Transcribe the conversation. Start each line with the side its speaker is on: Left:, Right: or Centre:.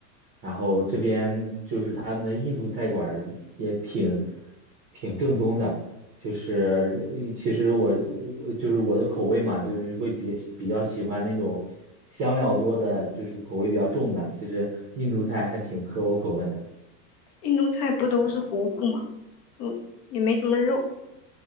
Right: 然后这边就是他们的印度菜馆儿也挺挺正宗的，就是呃其实我我就是我的口味嘛，就是会比比较喜欢那种香料多的，就是口味比较重的。其实印度菜还挺合我口味的。
Left: 印度菜不都是糊糊嘛，就也没什么肉。